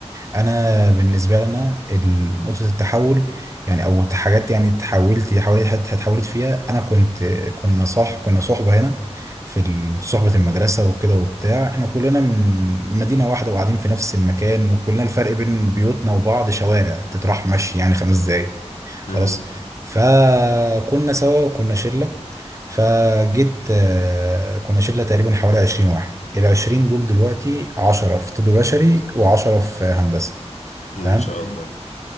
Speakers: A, on the right (about 25°); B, on the left (about 80°).
A: انا بالنسبه لنا ال- نقطه التحول يعني او حاجات يعني اتحولت حوالي حت- اتحولت فيها انا كنت كنا صح كنا صحبه هنا في ال- صحبه المدرسه وكده وبتاع احنا كلنا من مدينه واحده وقاعدين في نفس المكان وكلنا الفرق بين بيوتنا وبعض شوارع تتراح مشي يعني خمس دقايق خلاص
B: امم
A: فكنا سوا وكنا شله فجيت آه، كنا شله تقريبا حوالي 20 واحد ال 20 دول دلوقتي 10 في طب بشري و10 في هندسه
B: ما
A: تمام
B: شاء الله